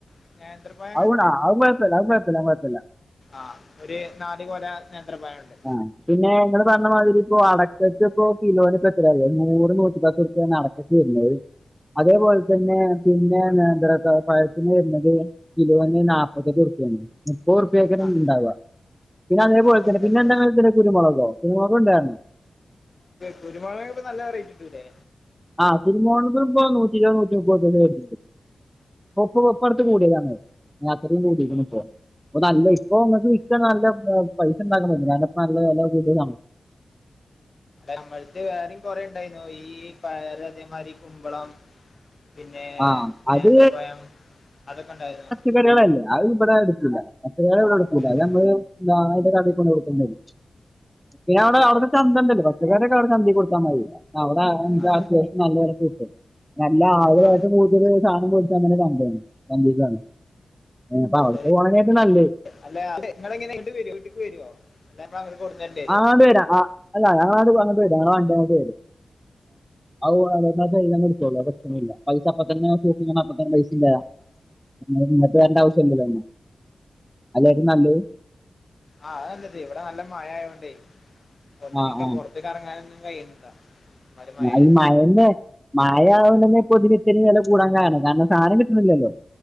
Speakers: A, on the left; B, in the centre.
A: <unintelligible>
B: ഔവുണാ അത്കൊയപ്പല്ല അത്കൊയപ്പല്ല കൊയപ്പല്ല.
A: ആഹ് ഒര് നാല്കൊല നേന്ത്രപയണ്ട്.
B: ആ പിന്നെ ഇങ്ങള് പറഞ്ഞമാതിരി ഇപ്പൊ അടക്കക്ക് ഇപ്പൊ കിലോന് പ്പെത്രയാ അറിയോ നൂ റ്നൂറ്റിപത്ത് റുപ്പ്യാണ് അടക്കക്ക് വരുന്നത്. അതേപോലത്തന്നെ പിന്നെ നേത്ര പഴത്തിന് വരുന്നത്. കിലോന് നാപ്പെത്തെട്ട് റുപ്യാണ് മുപ്പത് റുപ്യക്കാണ്
A: ആ
B: ഉണ്ടാവ. പിന്നെതേപോലെ
A: നാപ്പത്തെട്ടോ
B: തന്നെ പിന്നെന്താണ്ള്ളത് കുരുമൊളകോ കുരുമുളകു ഉണ്ടായ്ര്ന്നോ?
A: കുരുമൊളക്ന്പ്പ നല്ല റേറ്റ്കിട്ടൂല്ലേ?
B: ആ കുരുമൊളകിനിപ്പോ നൂറ്റിര്വത് നൂറ്റിമുപ്പത് റുപ്യക്കെ വരുന്നുണ്ട്. ഇപ്പൊ പ്പൊ ഇപ്പടുത്ത് കൂടിയതാണ് അത്രയും കൂടിയിക്ക്ണ് ഇപ്പൊ. ഇപ്പൊ നല്ല ഇപ്പോ ഇങ്ങക്ക് വിറ്റാ നല്ല പൈസണ്ടാക്കാൻ പറ്റും കാണിപ്പോ നല്ല വെല കൂടലാണ്.
A: നമ്മൾത്ത് വേറെം കൊറേണ്ടായിനോ ഈ പയറ് അതേമാതിരി ഈ കുമ്പളം. പിന്നെ
B: ആ
A: നേന്ത്രപ്പയം
B: അത്
A: അതൊക്കെ ഉണ്ടായിരുന്നു.
B: പച്ചക്കറികളല്ലെ അത് ഇബ്ടെ എടുക്കൂല്ല പച്ചക്കറികള് വിടെ എടുക്കല്ലഅത്
A: എടുക്കലൊക്കെ
B: നമ്മള് അയ്ന്റ കടേ കൊണ്ട് കൊടുക്കേണ്ടിവരും. പിന്നവിടെ അവ്ടെ ചന്തണ്ടല്ലോ പച്ചക്കറിക്കെ അവിടെ ചന്തെ കൊടുത്താമതി. അവിടെ <unintelligible>
A: ആ
B: നല്ല വെലക്ക് കിട്ടും നല്ല ആൾക്കാര്
A: ആ
B: കൂടുതല് സാനം വേടിക്കാവര്ന്ന ചന്തയാണ് <unintelligible> അപ്പൊ അവിടുക്ക്
A: ശരി
B: പോവാനായിട്ട് നല്ലത്.
A: അല്ല അതിങ്ങളെങ്ങനെ ഇട് വരോ വീട്ടിക്ക് വരോ? <unintelligible>
B: ആ വരാ ആ അല്ല ഞങ്ങളങ്ങട്ട്പ്പങ്ങട്ട് വരാ ഞങ്ങളെ വണ്ടി അങ്ങോട്ട് വരും. ഔ <unintelligible> കൈയിന്നങ്ങെടുത്തോളും അത്പ്രശ്നൊന്നുല്ല പൈസ അപ്പത്തന്നെ <unintelligible> അപ്പത്തന്നെ പൈസ തരാം. ഇങ്ങളിങ്ങട്ട് വരണ്ടാവശ്യം ഇല്ലല്ലോന്ന അയല്ലേറ്റം നല്ലത്.
A: ആഹ് അതാല്ലത്. ഇവിടെ നല്ല മഴ ആയോണ്ടെ ഒന്നിനും
B: ആ
A: ഇക്കെ
B: ആ
A: പൊറത്തേക്ക്റങ്ങാനൊന്നും കഴിയുന്നില്ല. ഒരുമാതിരി മഴയാണ്
B: ആ ഈ മയേന്റെ മയയാവുന്നെ പൊതുവെത്തിരി വെല കൂടാൻ കാരണം കാരണം സാനം കിട്ടുന്നില്ലല്ലോ